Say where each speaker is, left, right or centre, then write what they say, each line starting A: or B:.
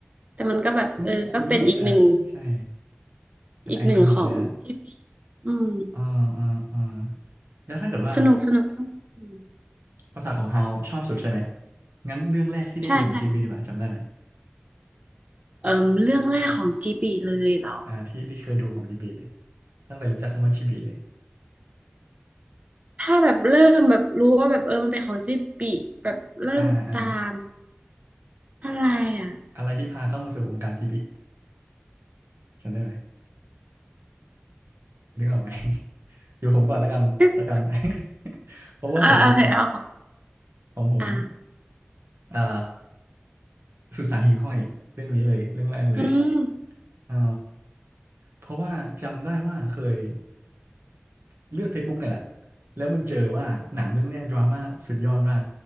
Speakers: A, on the right (about 35°); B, on the right (about 80°).
A: แต่มันก็แบบเออก็เป็นอีกหนึ่ง
B: คุ้นคุ้นว่าจะใช่ เป็นไอคอนิกเลยอ่ะ
A: อีกหนึ่งของที่อืม
B: อ่าอ่าอ่าแล้วถ้าเกิดว่า
A: สนุกสนุกอืม
B: ภาษาของฮาวชอบสุดใช่ไหม งั้นเรื่องแรกที่ได้ดูของจีบีดีกว่าจำได้ไหม
A: ใช่ใช่เออเรื่องแรกของจีบีเลยเหรอ
B: อ่าที่ที่เคยดูของจีบีเลย ตั้งแต่รู้จักคำว่าจีบีเลย
A: ถ้าแบบเริ่มแบบรู้ว่าแบบเออมันเป็นของจีบีแบบเริ่มตาม
B: อ่าอ่า
A: อะไรอ่ะ
B: อะไรที่พาเข้ามาสู่วงการจีบีจำได้ไหมนึกออกไหม <laughs> เดี๋ยวผมก่อนแล้วกันแล้วกัน
A: ก็แบบ
B: <laughs> เพราะว่าผมนึกออก
A: อ่าโอเคเอาของ
B: ของผม
A: อ่า
B: เอ่อสุสานหิ่งห้อยเรื่องนี้เลยเรื่องแรกเลย
A: อืม
B: เอ่อเพราะว่าจำได้ว่าเคยเลื่อน Facebook เนี่ยแหละแล้วมันเจอว่าหนังเรื่องเนี้ยดราม่าสุดยอดมาก